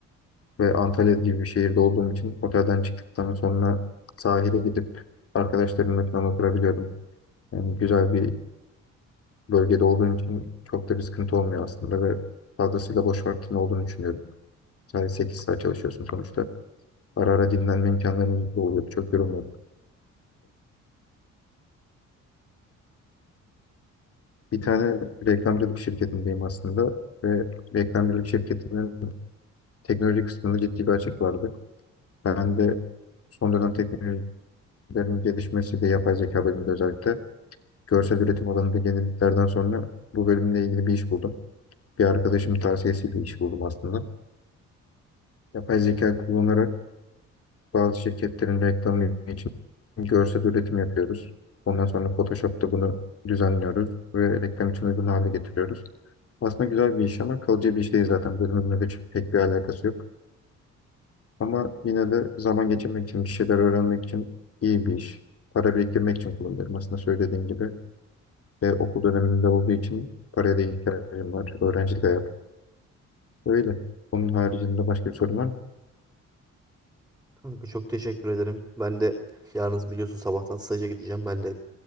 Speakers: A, on the left; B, in the centre.
A: ve Antalya gibi bir şehirde olduğum için otelden çıktıktan sonra sahile gidip arkadaşlarımla falan oturabiliyordum. Yani güzel bir bölgede olduğum için çok da bir sıkıntı olmuyor aslında ve fazlasıyla boş vaktin olduğunu düşünüyorum. Sadece 8 saat çalışıyorsun sonuçta. Ara ara dinlenme imkanlarımız da oluyor. Çok yorulmuyorduk. Bir tane reklamcılık şirketindeyim aslında ve reklamcılık şirketinin teknoloji kısmında ciddi bir açık vardı. Ben de son dönem teknolojilerin gelişmesiyle yapay zeka bölümünde özellikle Görsel üretim alanında yeniliklerden sonra bu bölümle ilgili bir iş buldum. Bir arkadaşımın tavsiyesiyle iş buldum aslında. Yapay zeka kullanarak bazı şirketlerin reklamı için görsel üretim yapıyoruz. Ondan sonra Photoshop'ta bunu düzenliyoruz ve reklam için uygun hale getiriyoruz. Aslında güzel bir iş ama kalıcı bir iş değil zaten. Bölümümle de çok- pek bir alakası yok. Ama yine de zaman geçirmek için, bir şeyler öğrenmek için iyi bir iş. Para biriktirmek için kullanıyorum. Aslında söylediğin gibi ve okul döneminde olduğu için paraya da ihtiyacım var. Öğrencilik hayat. Öyle. Onun haricinde başka bir sorun var mı?
B: Kanka çok teşekkür ederim. Ben de yarın biliyorsun sabahtan staja gideceğim. Ben de